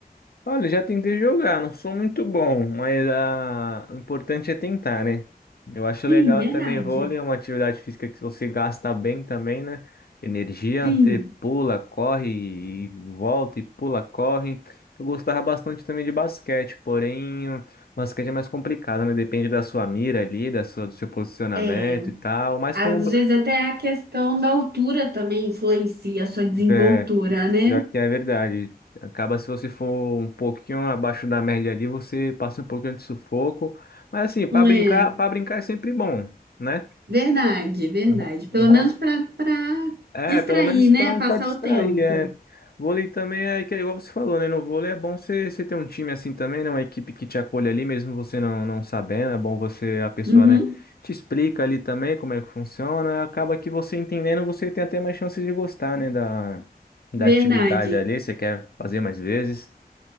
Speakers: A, on the left; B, on the right.
A: Olha, já tentei jogar, não sou muito bom, mas ah, o importante é tentar, né? Eu acho legal
B: Sim, verdade.
A: também vôlei, é uma atividade física que você gasta bem também, né? Energia,
B: Sim.
A: você pula, corre e volta e pula, corre. Eu gostava bastante também de basquete, porém, o basquete é mais complicado, né? Depende da sua mira ali, da sua, do seu posicionamento
B: É,
A: e tal. Mas
B: às
A: como,
B: vezes até a questão da altura também influencia a sua desenvoltura,
A: é,
B: né?
A: Pior que é verdade. Acaba se você for um pouquinho abaixo da média ali, você passa um pouquinho de sufoco. Mas assim, para
B: É,
A: brincar, para brincar é sempre bom, né?
B: verdade, verdade.
A: Um, ho-
B: Pelo
A: um ho-
B: menos para para
A: é,
B: distrair,
A: pelo menos,
B: né?
A: pelo menos
B: Passar
A: pra distrair,
B: o tempo.
A: é. Vôlei também é que é igual você falou, né? No vôlei é bom você, você ter um time assim também, né? Uma equipe que te acolhe ali, mesmo você não, não sabendo. É bom você, a pessoa,
B: Uhum,
A: né, te explica ali também como é que funciona. Acaba que você entendendo, você tem até mais chances de gostar, né? Da, da
B: verdade.
A: atividade ali, você quer fazer mais vezes.